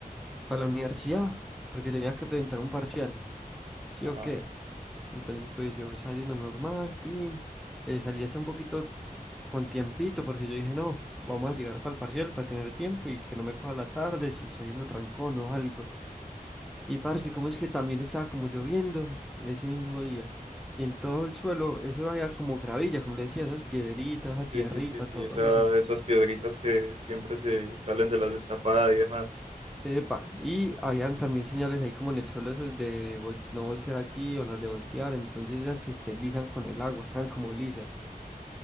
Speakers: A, in the centre; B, on the right.
A: para la universidad, porque tenía que presentar un parcial, ¿sí
B: Ajá.
A: o qué? Entonces, pues yo estaba yendo normal, tin, eh, salí hace un poquito con tiempito, porque yo dije, no, vamos a llegar para el parcial para tener tiempo y que no me coja la tarde si está yendo trancón o algo. Y parce, como es que también estaba como lloviendo ese mismo día. Y en todo el suelo, eso había como gravilla, como le decía, esas piedritas, esa
B: Sí,
A: tierrita,
B: sí, sí, sí,
A: todo
B: esa-
A: eso.
B: esas piedritas que siempre se salen de las destapadas y demás.
A: Epa, y habían también señales ahí como en el suelo esas de vol- no voltear aquí o las de voltear, entonces ellas se, se lisan con el agua, quedan como lisas.